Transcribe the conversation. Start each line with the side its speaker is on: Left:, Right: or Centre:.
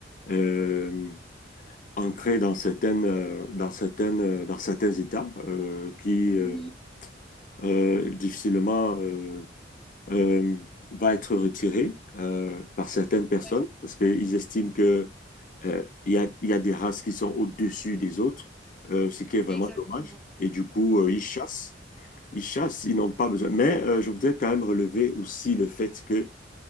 Left: euh, ancré dans certaines, euh, dans certaines, euh, dans certains États, euh, qui euh,
Centre: Mhm.
Left: euh, difficilement euh, euh, va être retiré euh, par certaines personnes
Centre: Ouais,
Left: parce qu'ils estiment que euh, il y a, il y a des races qui sont au-dessus des autres, euh, ce qui est vraiment
Centre: exactement.
Left: dommage. Et du coup, euh, ils chassent. Ils chassent, ils n'ont pas besoin. Mais euh, je voudrais quand même relever aussi le fait que